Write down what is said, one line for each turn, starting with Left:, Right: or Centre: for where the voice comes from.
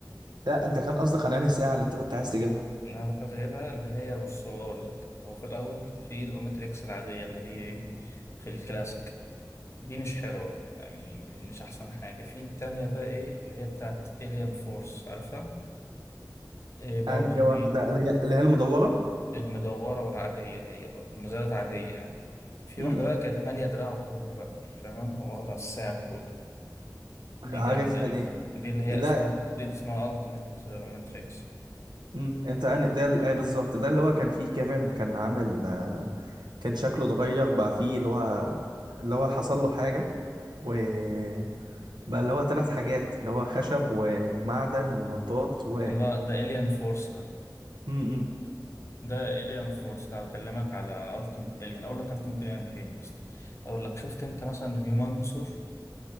Right: لا انت كان قصدك على انهي ساعه اللي انت كنت عايز تجيبها
Left: إن أنا كنت عايز أجيبها اللي هي بص هو أقول لك هو في الأول في الأومتريكس العادية اللي هي إيه في الكلاسيك دي مش حلوة يعني مش أحسن حاجة في التانية بقى إيه اللي هي بتاعت إليان فورس عارفها؟ إيه برضو
Right: انهي
Left: دي
Right: واحده اللي هي اللي هي المدوره
Left: المدورة والعادية هي برضه مزارات عادية يعني في
Right: امم
Left: واحدة بقى كانت مالية دراعه كله بقى دي فاهمة واخدة الساعة كله دي
Right: عارفها
Left: جامدة دي
Right: دي
Left: دي اللي هي
Right: ده
Left: اسمها دي اللي اسمها ألتيميت أوميتريكس
Right: امم انت أن- ده ال- ايه بالظبط ده اللي هو كان فيه كيفن كان عامل آه، كان شكله اتغير بقى فيه اللي هو اللي هو حصل له حاجه وبقى اللي هو ثلاث حاجات اللي هو خشب ومعدن ومطاط و
Left: الله ده إليان فورس ده
Right: امم
Left: ده إليان فورس ده بكلمك على ألتيميت إليان أقول لك ألتيميت إليان فين يا اسطى أقول لك شفت أنت مثلا هيومانجسور